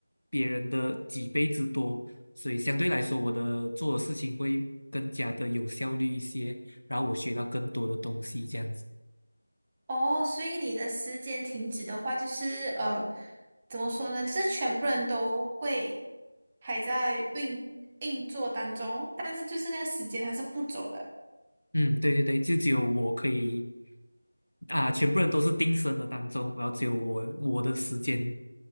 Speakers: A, on the left; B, on the right.
A: 别人的几倍之多，所以相对来说，我的做的事情会更加的有效率一些，然后我学到更多的东西这样子。
B: 哦，所以你的时间停止的话，就是呃，怎么说呢？就是全部人都会还在运运作当中，但是就是那个时间它是不走了。
A: 嗯，对对对，就只有我可以啊，全部人都是定身的当中，然后只有我我的时间